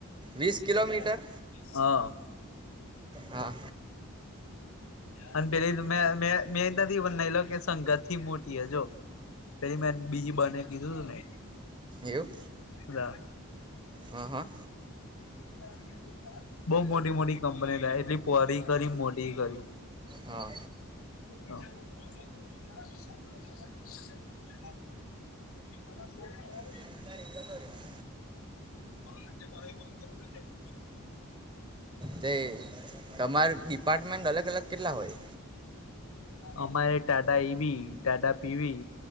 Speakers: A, on the right (about 20°); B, on the left (about 75°).
A: વીસ કિલોમીટર
B: હા
A: હા
B: અને પેલી મે મે મેં નથી બના લો કે સંગત થી મોટી હ જો પેલી મેં બીજી બંને કીધું તું ને
A: એવું
B: ના
A: હા હા
B: <inaudible> બહ મોટી મોટી કંપની થાય એટલી પરી ખરી મોટી ખરી
A: હા
B: હ <inaudible> <inaudible> <inaudible>
A: ત્યારેંગસ
B: <inaudible>
A: તે તમાર ડિપાર્ટમેન્ટ અલગ અલગ કેટલા હોય
B: અમારે ટાટા એવી ટાટા પીવી